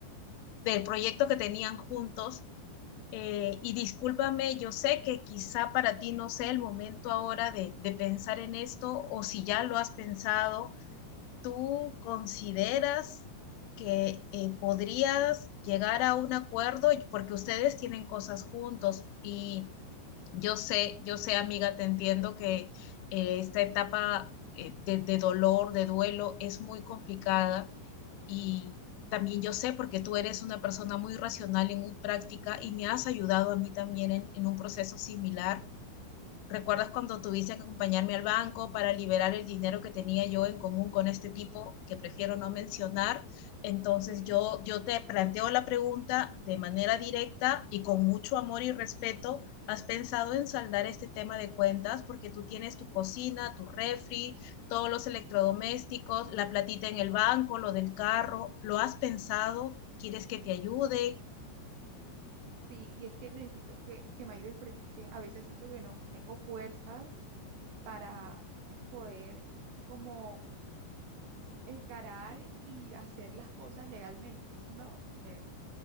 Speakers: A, on the left; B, on the right.
A: del proyecto que tenían juntos. Eh, y discúlpame, yo sé que quizá para ti no sea el momento ahora de, de pensar en esto o si ya lo has pensado, ¿tú consideras que eh, podrías llegar a un acuerdo porque ustedes tienen cosas juntos y yo sé, yo sé, amiga, te entiendo que eh, esta etapa eh, de, de dolor, de duelo, es muy complicada y también yo sé porque tú eres una persona muy racional y muy práctica y me has ayudado a mí también en, en un proceso similar ¿Recuerdas cuando tuviste que acompañarme al banco para liberar el dinero que tenía yo en común con este tipo que prefiero no mencionar?
B: Sí,
A: Entonces
B: sí,
A: yo, yo te planteo la pregunta de manera directa y con mucho amor y respeto. ¿Has pensado en saldar este tema de cuentas? Porque tú tienes tu cocina, tu refri, todos los electrodomésticos, la platita en el banco, lo del carro. ¿Lo has pensado? ¿Quieres que te ayude?
B: sí, y es que necesito que, que me ayudes porque a veces siento que no tengo fuerzas para poder como encarar y hacer las cosas legalmente. Sí me hago entender.